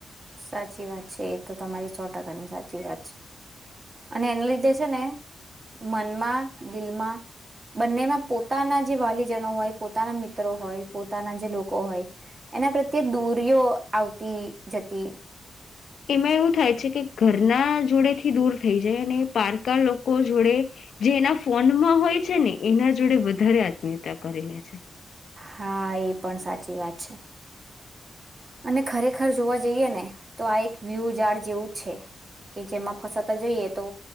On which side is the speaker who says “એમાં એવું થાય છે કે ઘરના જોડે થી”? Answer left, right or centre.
Left